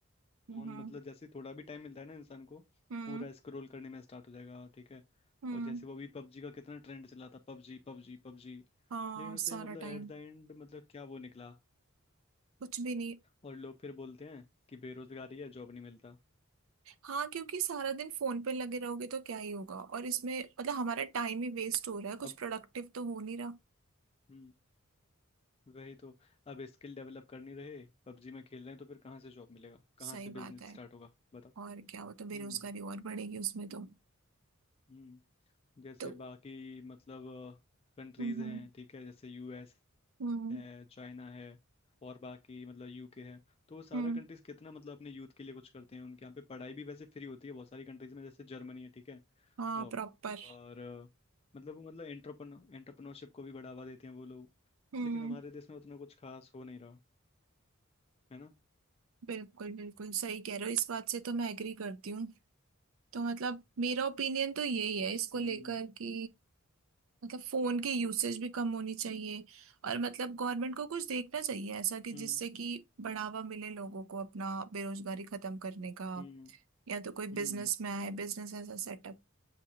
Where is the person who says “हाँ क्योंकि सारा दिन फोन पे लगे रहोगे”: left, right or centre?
Right